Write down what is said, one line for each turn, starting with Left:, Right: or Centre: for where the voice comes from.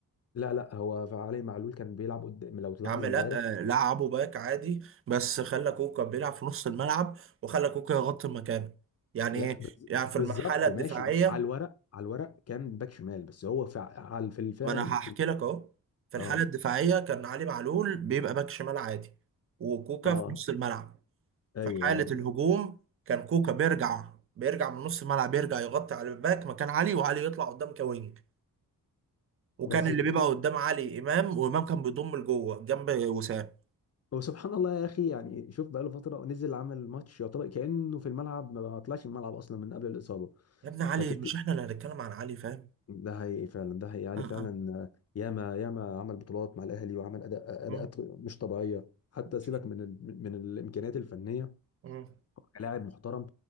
Left: لا لا هو علي معلول كان بيلعب قدام لو تلاحظ
Right: يا عم
Left: امبارح
Right: لا آه، لعبه باك عادي بس خلى كوكا بيلعب في نص الملعب وخلى كوكا يغطي مكانه يعني
Left: لا
Right: ايه
Left: بز-
Right: يعني في
Left: بالظبط
Right: المرحله الدفاعيه
Left: ماشي هو على الورق على الورق كان باك شمال بس هو فع على في الفعل
Right: ما انا
Left: وفي
Right: هحكي
Left: ال...
Right: لك اهو في
Left: اه
Right: الحاله الدفاعيه كان علي معلول بيبقى باك شمال عادي وكوكا
Left: اه
Right: في نص الملعب
Left: ايوه
Right: في حالة الهجوم كان كوكا بيرجع بيرجع من نص الملعب يرجع يغطي على الباك مكان علي وعلي يطلع قدام كوينج وكان
Left: بس
Right: اللي
Left: سبح-
Right: بيبقى قدام علي امام وامام كان بيضم لجوه جنب وسام
Left: هو سبحان الله يا اخي يعني شوف بقى له فتره نزل عمل ماتش يعتبر كانه في الملعب ما طلعش من الملعب اصلا من قبل الاصابه
Right: يا ابن علي
Left: فتفت
Right: مش احنا اللي هنتكلم عن علي فاهم
Left: ده حقيقي فعلا ده حقيقي علي
Right: اه
Left: فعلا
Right: اه
Left: ياما ياما عمل بطولات مع الاهلي وعمل اداء
Right: مم،
Left: اداءات مش طبيعيه حتى
Right: اكيد
Left: سيبك من ال... من الامكانيات الفنيه
Right: مم،
Left: كلاعب محترم